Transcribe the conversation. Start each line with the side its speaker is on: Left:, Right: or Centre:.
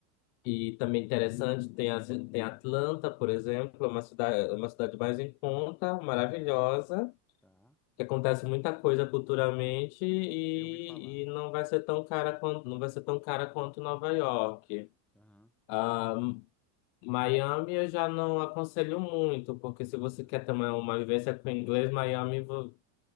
Left: e também interessante, tem, as- tem Atlanta, por exemplo, é uma cidade, uma cidade mais em conta, maravilhosa,
Centre: tá, tá.
Left: que acontece muita coisa culturalmente e,
Centre: Eu ouvi falar.
Left: e não vai ser tão cara quanto, não vai ser tão cara quanto Nova York.
Centre: Aham,
Left: Ah, Miami eu já não aconselho muito, porque se você
Centre: tá.
Left: quer também uma vivência com inglês, Miami vo-